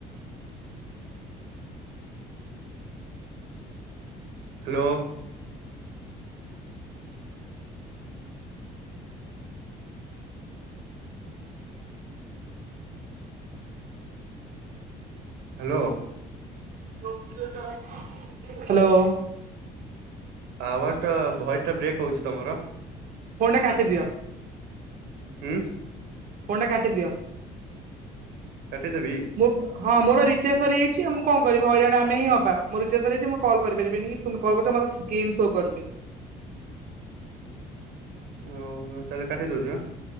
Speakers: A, on the right; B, on the right.
A: ହ୍ୟାଲୋ। ହ୍ୟାଲୋ।
B: ହ୍ୟାଲୋ।
A: ଆବାଜ ଟା ଭଏସ୍ ଟା ବ୍ରେକ୍ ହଉଛି ତମର।
B: ଫୋନଟା କାଟିଦିଅ।
A: ହୁଁ।
B: ଫୋନଟା କାଟିଦିଅ।
A: କାଟିଦେବି?
B: ମୁଁ ହଁ ମୋର ପା ରିଚାର୍ଜ ସରିଯାଇଛି। ମୁଁ କଣ କରିବି? ହରାଣ ଆମେ ହିଁ ହବା। ମୋ ରିଚାର୍ଜ ସରିଯାଇଛି ମୁଁ କଲ କରିପାରିବିନି କି ତମେ କଲ କରିଛ ମତେ ସ୍କିନ ସୋ କରୁନି।
A: ଓହୋ। ତାହେଲେ କାଟି ଦଉଚି ଆ।